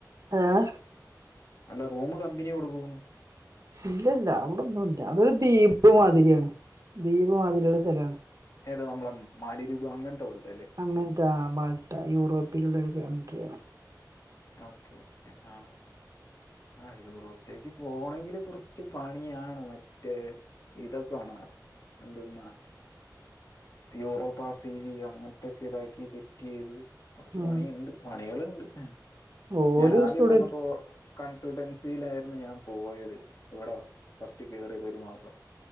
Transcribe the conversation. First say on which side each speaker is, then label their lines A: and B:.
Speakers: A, on the right (about 50°); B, on the left (about 50°).
A: ഏഹ്
B: അല്ല റൂമ് കമ്പനി കൊടുക്കുന്ന്
A: ഇല്ല ല്ല അവിടൊന്നുല്ല അതൊരു ദ്വീപ് മാതിരിയാണ് ദ്വീപ്മാതിരിയുള്ള സലാണ്.
B: ഏത് നമ്മളെ മാലി ദ്വീപ് അങ്ങെൻത്തെ പോലത്തെ അല്ലേ
A: അങ്ങൻത്ത ആ മാൾട്ട യൂറോപ്പിലുള്ളൊരു കൺട്രിയാണ്.
B: ഓക്കെ ഓക്കെ ആഹ് ആഹ് യൂറോപ്പിലേക്ക് പോണെങ്കില് കൊർ ച്ച് പണിയാണ് മറ്റേ ഇതൊക്ക വേണാർ എന്ത്ന്നാ യൂറോപ്പാ സി വി അങ്ങൻത്തെക്കെ താക്കി സെറ്റ് ചെയ്ത് കൊറച്ച്
A: ഉം
B: പണീണ്ട് പണികള്ണ്ട്. എ
A: ഓല്
B: ഞാനാദ്യം
A: സ്റ്റുഡന്റ്
B: വന്നപ്പോ കൺസ്ൾട്ടൻസിയിലായിരുന്നു ഞാൻ പോയത് ഇവിടെ ഫസ്റ്റ് കേറ്യതൊരു മാസം